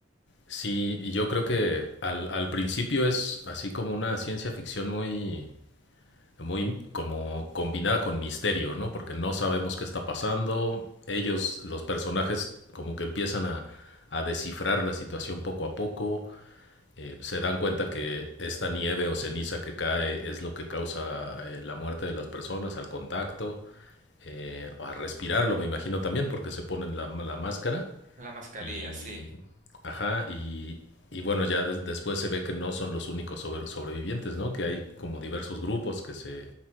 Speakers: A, on the left; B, on the right.
A: Sí, y yo creo que al, al principio es así como una ciencia ficción muy, Muy como combinada con misterio, ¿no? Porque no sabemos qué está pasando. Ellos, los personajes, como que empiezan a, a descifrar la situación poco a poco. Eh, se dan cuenta que esta nieve o ceniza que cae es lo que causa eh, la muerte de las personas al contacto, eh, a respirarlo, me imagino también, porque se ponen la, la máscara.
B: La mascarilla,
A: Y.
B: sí.
A: Ajá, y, y bueno, ya des- después se ve que no son los únicos sobre- sobrevivientes, ¿no? Que hay como diversos grupos que se,